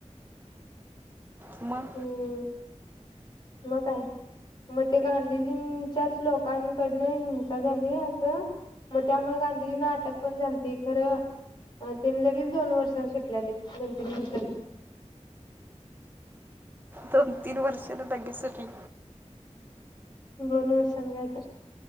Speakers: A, on the right; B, on the left.
A: म
B: हम्म मग काय मग ते गांधीजींच्याच लोकांकडनं हिंसा झाली असं मग त्यामुळे गांधीजींना अटक पण झालती खरं तिने लगेच दोन वर्षां सुटलेले दोन तीन वर्षांनी
A: दोन तीन वर्षांन लगेच सुटली
B: दोन वर्षांन काय तर